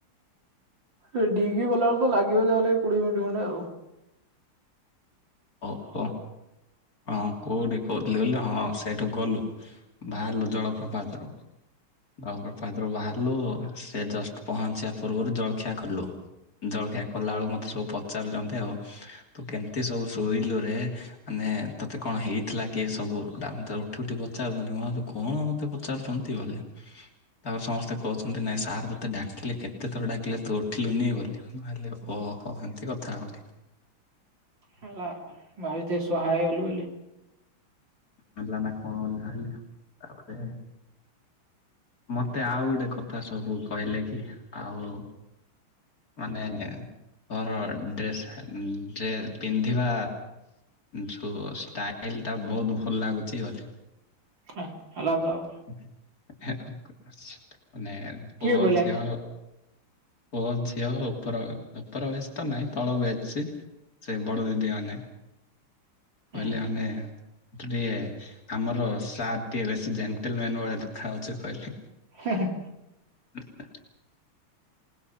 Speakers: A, on the right (about 60°); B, on the left (about 40°).
A: ରେଡି ହେଇକି ଗଲାବେଳେ ତ ଲାଗିବ ଯାହାେଲେ ଲାଗିବ କୋଡିଏ ମିନିଟ ଖଣ୍ଡେ ଆଉ।
B: ଓହୋ। ହଁ କୋଉଠି କହୁଥିଲି ହଁ ସେଇଠୁ ଗଲୁ ବାହାରିଲୁ ଜଳପ୍ରପାତରୁୁ <unintelligible> ବାହାରିଲୁ ସେ ଜଷ୍ଟ ପହଞ୍ଚିବା ପୂର୍ବରୁ ଜଳଖିଆ କଲୁ। ଜଳଖିଆ କଲା ବେଳୁ ମତେ ସବୁ ପଚାରୁଛନ୍ତି ଆଉ ତୁ କେମିତି ସବୁ ଶୋଇଲୁରେ? ମାନେ ତତେ କଣ ହେଇଥିଲା କିଏ ସବୁଟା ମତେ ଉଠି ଉଠି ପଚାରୁଛନ୍ତି ମାନେ କଣ ମୋତେ ପଚାରୁଛନ୍ତି <unintelligible> ତାପରେ ସମସ୍ତେ କହୁଛନ୍ତି ନାଇଁ ସାର୍ ତୋତେ ଡାକିଲେ କେତେ ଥର ଡାକିଲେ ତୁ ଉଠିଲୁନି ବୋଲି ମୁଁ ଭାବିଲି ଓ ହୋ ଏମିତି କଥା ବୋଲି
A: ହେଲା <unintelligible> ସହାୟ ହେଲୁ ବୋଲି
B: ମଲ ନା କଣ ତାପରେ ମତେ ଆଉ ଗୋଟେ କଥା ସବୁ କହିଲେ କି ଆଉ ମାନେ ମୋର ଡ୍ରେସ୍ ଡେ ପିନ୍ଧିବା ଯୋ ଷ୍ଟାଇଲ ଟା ବହୁତ ଭଲ ଲାଗୁଛି ଗଲେ
A: ହ ଆଲାଦା ଆଉ
B: <unintelligible> ମାନେ
A: କିଏ
B: ପୁଅ
A: କହିଲା
B: ଝିଅ
A: ଏଇଟା
B: ପୁଅ ଝିଅ ଉପର ଉପରବେସ ତ ନାହିଁ ତଳ ବେଚ ସେ ବଡ଼ଦିଦି ମାନେ। କହିଲେ
A: ହୁଁ
B: ଆମେ। ତୁ ଟିକେ ଆମର ସାର୍ ଟିକେ ବେଶୀ ଜେଣ୍ଟଲ ମେନ୍ ଭଳିଆ ଦେଖା ହଉଛୁ କହିଲେ।
A: ହୁଁ ହୁଁ।
B: <unintelligible>